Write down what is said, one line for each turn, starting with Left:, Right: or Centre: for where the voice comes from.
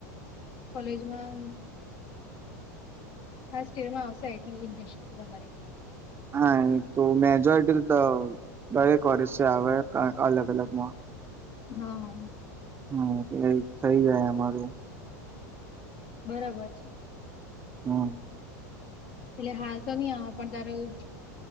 Left: કોલેજમાં હાસ સ્ટેરમાં આવશે આ એમ થ શક તમારી
Right: હા એક તો મેજોરિટી દરેક ઓરેજ આવે અલગ અલગમાં
Left: હા
Right: હમ એટલે થઈ જાય અમારે
Left: બરાબર છે
Right: હા
Left: એટલે હાલ તો નઈ આવે પણ તારેું